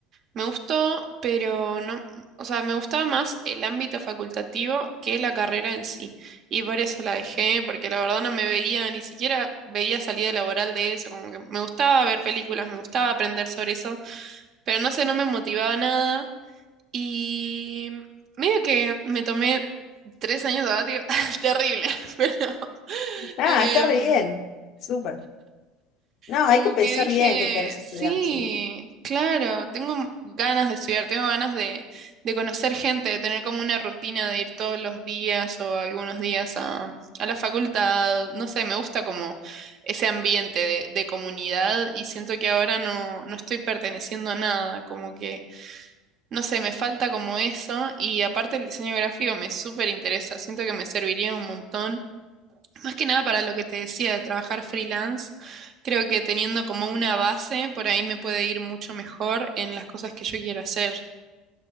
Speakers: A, on the right (about 50°); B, on the left (about 60°).
A: Me gustó, pero no, o sea, me gustaba más el ámbito facultativo que la carrera en sí. Y por eso la dejé, porque la verdad no me veía, ni siquiera veía salida laboral de eso. Como que me gustaba ver películas, me gustaba aprender sobre eso, pero no sé, no me motivaba nada. Y medio que me tomé tres años sabático, <laughs> terrible, <laughs> pero
B: Nada,
A: em,
B: está re bien, súper. No,
A: como
B: hay que pensar
A: que dije,
B: bien qué querés estudiar,
A: sí,
B: sí.
A: claro, tengo ganas de estudiar, tengo ganas de, de conocer gente, de tener como una rutina de ir todos los días o algunos días a, a la facultad. No sé, me gusta como ese ambiente de, de comunidad y siento que ahora no, no estoy perteneciendo a nada, como que, no sé, me falta como eso y aparte el diseño gráfico me súper interesa, siento que me serviría un montón. Más que nada para lo que te decía de trabajar freelance, creo que teniendo como una base, por ahí me puede ir mucho mejor en las cosas que yo quiero hacer.